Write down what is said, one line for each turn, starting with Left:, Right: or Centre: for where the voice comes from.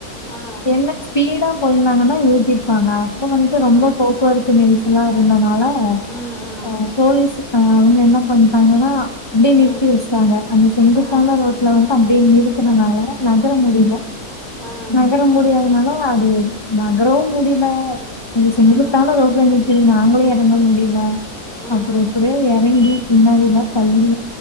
Centre: ஆ
Left: ஏன்ன ஸ்பீடா போயிருந்தாங்கன்னா ஏத்திருப்பாங்க இப்ப வந்துட்டு
Centre: ஆ
Left: ரொம்ப போக்குவரத்து நெரிசல்லா இருந்தனால
Centre: ம் ம்
Left: ஆ போலீஸ்சு ஆ அவுங்க என்ன பண்டாங்கனா அப்டியே நிறுத்தி
Centre: ம்
Left: வச்ட்டாங்க அங்க செங்குத்தான
Centre: ம் ஆ
Left: ரோட்ல வந் அப்டின்னு நிறுத்தனனால தா நகர முடில
Centre: ஆ ஆ
Left: நகர முடியாதனால அது நகரவு முடில கொஞ்சோ செங்குத்தான
Centre: ஆ ம்
Left: ரோட்ல நிக்கற நாங்களே எங்கால முடில
Centre: ம்
Left: அப்பறோ எறங்கி பின்னாடிலா தள்ளி